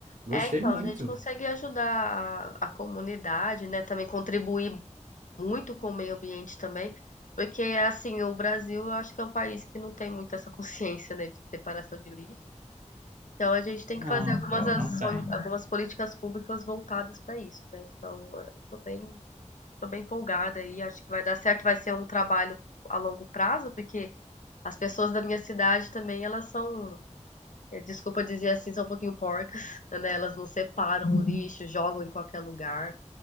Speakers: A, on the right; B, on the left.
A: Gostei
B: É, então,
A: muito.
B: a gente consegue ajudar a, a comunidade, né? Também contribuir muito com o meio ambiente também, porque, assim, o Brasil eu acho que é um país que não tem muito essa <laughs> consciência, né, de separação de lixo. Então a gente tem
A: Não,
B: que fazer algumas
A: cara,
B: ações,
A: não tem.
B: algumas políticas públicas voltadas para isso, né? Então, eu tô bem, tô bem empolgada aí, acho que vai dar certo, vai ser um trabalho a longo prazo, porque as pessoas da minha cidade também, elas são, eh, desculpa dizer assim, são um pouquinho porcas, <laughs> né? Elas não separam o lixo, jogam em qualquer lugar.